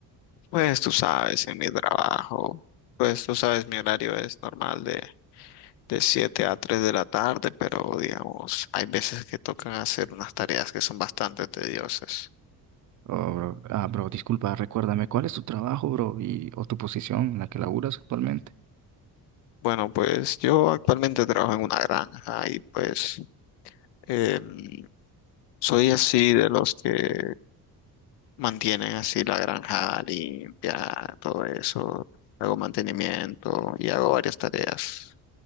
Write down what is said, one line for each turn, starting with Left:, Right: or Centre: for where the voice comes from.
Left: Pues tú sabes, en mi trabajo, pues tú sabes, mi horario es normal de, de 7 a 3 de la tarde, pero digamos, hay veces que tocan hacer unas tareas que son bastante tediosas.
Right: Oh, bro. Ah, bro, disculpa, recuérdame, ¿cuál es tu trabajo, bro? Y, o tu posición en la que laburas actualmente.
Left: Bueno, pues yo actualmente trabajo en una granja y pues... em, Soy así de los que mantienen así la granja limpia, todo eso. Hago mantenimiento y hago varias tareas